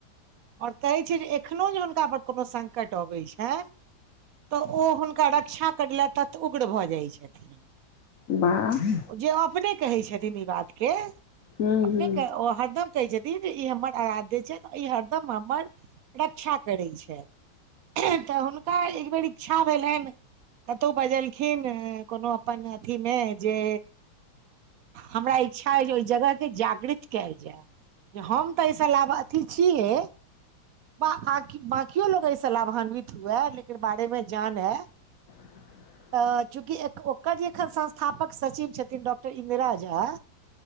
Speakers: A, on the right; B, on the left.
A: और कहे छै जे एखनो जे हुनका पर कोनो संकट अबैत छै तऽ ओ हुनका रक्षा करलथि तत उग्र भऽ जाइत छथिन
B: वाह
A: जे अपने कहै छथिन ई बात के
B: हूँ
A: अपने
B: हूँ
A: ऊ हरदम कहै छथिन जे ई हमर आराध्य छथि आ ई हरदम हमर रक्षा करैत छथि तऽ हुनका एक बेेर इच्छा भेलइन कतहु बजलखिन ए कोनो अपन अथीमे ए जे हमरा इच्छा अइ जे ओहि जगहके जागृत केल जाय होम तऽ एहिस लाभ अथी छिहे बकियो लोग एहिसँ लाभान्वित हुए एहिके बारे मे जानै
B: <inaudible>
A: तऽ चूँकि ओकर जे एखन संस्थापक सचिव छथिन डॉक्टर इन्दिरा झा